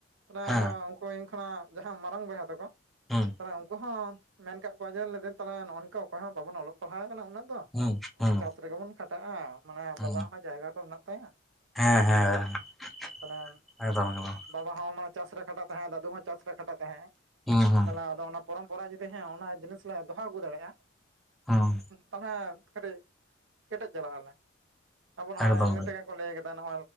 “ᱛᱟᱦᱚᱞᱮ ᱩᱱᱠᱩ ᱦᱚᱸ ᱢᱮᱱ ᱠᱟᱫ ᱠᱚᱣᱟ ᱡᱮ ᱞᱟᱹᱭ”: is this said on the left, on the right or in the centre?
Right